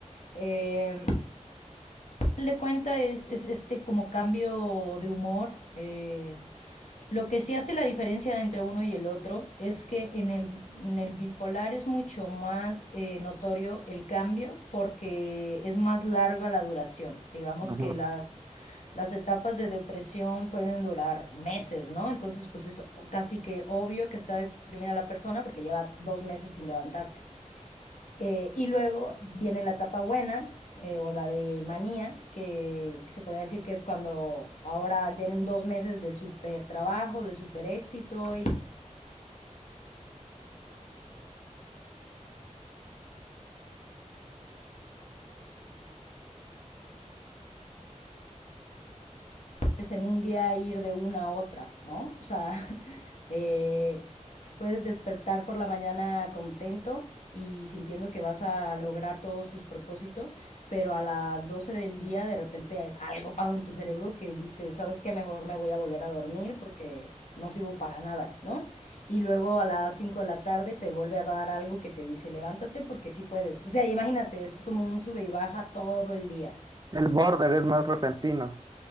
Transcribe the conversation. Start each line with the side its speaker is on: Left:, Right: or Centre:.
Left: Eh, final de cuentas es, es este como cambio de humor. eh, lo que sí hace la diferencia entre uno y el otro es que en el, en el bipolar es mucho más eh, notorio el cambio porque es más larga la duración. Digamos
Right: Ujú.
Left: que las, las etapas de depresión pueden durar meses, ¿no? Entonces, pues es o- casi que obvio que está deprimida la persona porque lleva dos meses sin levantarse. Eh, y luego viene la etapa buena, eh, o la de manía, que, que, se podría decir que es cuando ahora vienen dos meses de súper trabajo, de súper éxito y puedes en un día ir de una a otra, ¿no? O sea, <laughs> eh, puedes despertar por la mañana contento y sintiendo que vas a lograr todos tus propósitos, pero a las 12 del día de repente hay- algo pasa en tu cerebro que dice, ¿sabes qué? Mejor me voy a volver a dormir porque no sirvo para nada, ¿no? Y luego a las 5 de la tarde te vuelve a dar algo que te dice, levántate porque sí puedes. O sea, imagínate, es como un sube y baja todo el día.
Right: El border es más repentino.